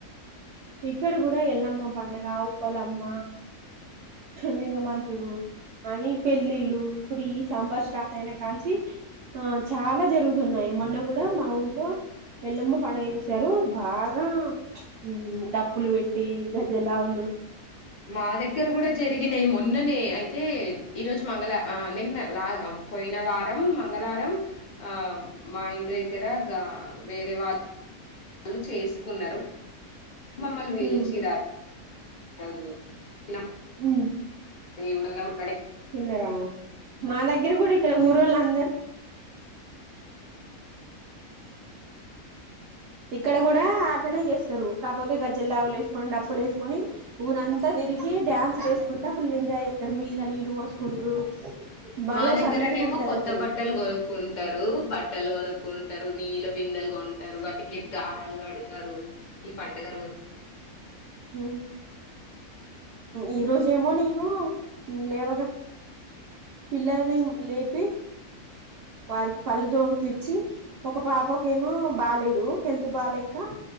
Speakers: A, on the right; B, on the left.
A: ఇక్కడ కూడా ఎల్లమ్మ పండగ ఉప్పలమ్మ లింగమంతుడు అని పెళ్ళిళ్ళు ఇప్పుడు ఈ సాంబార్ స్టార్ట్ అయినా కాంచీ అహ్ చాలా జరుగుతున్నాయి మొన్న కూడా మా ఊళ్లో ఎల్లమ్మ పండుగ జేశారు బాగా ఉమ్. డప్పులు పెట్టి గజ్జె లావుల్.
B: మా దగ్గర గుడా జరిగినాయ్ మొన్ననే ఐతే. ఈ రోజు మంగళ అ నిన్నలా పోయిన వారం మంగళరం ఆ మా ఇంటి దగ్గర గా వేరే వాళ్ళు చేసుకున్నారు. మమ్మల్ని బిలిషిర.
A: మ్మ్
B: ఆ రోజు నం
A: హ
B: దేవుడగల్
A: తిన్నరా మా దగ్గర కూడా ఇక్కడ ఊరొళ్ళ అం అందరు ఇక్కడ గూడా ఆట్లనే జేస్తారు కాకపోతే గజ్జల్ లావులు వేసుకొని డప్పులు ఏసుకొని ఊరంతా దిరిగి డ్యాన్స్ లు ఏసుకుంటా ఫుల్ ఎంజాయ్ జె <unintelligible> మీద నీళ్ళు పోసుకుంట్రు భలే
B: మా దగ్గరనే
A: సందడిగా
B: ఏమో
A: ఉంటది
B: కొత్త
A: అసలు
B: బట్టలు కొనుక్కుంటారు బట్ బట్టలు కొనుక్కుంటారు నీళ్ళ బిందెలు గొంటరు వాటికి దారాలు కడతారు ఈ పండగ రో
A: హ ఈ రోజేమో నేను లేవగా పిల్లల్ని లేపి వారికి పళ్ళు దోంపించి ఒక పాపకేమో బాలేదు హెల్త్ బాలేక